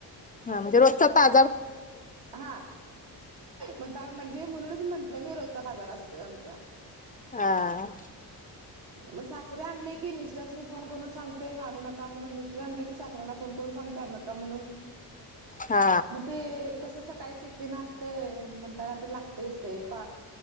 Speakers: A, on the left; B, on the right.
A: हा म्हणजे रोचा ता
B: हा म्हणजे म्हणून म्हटलं मी रोजचा बाजार असतोय आमचा
A: हा
B: मग सासरे आणले की मिस्टरसने फोन करून सांगते माणू नका म्हणून मिस्टर आणले की सासऱ्यांना कोण कोण सांगत नका म्हणून
A: हा
B: मग ते कसं सकाळी टिफिन असत म्हणताना ते लागतेच ते प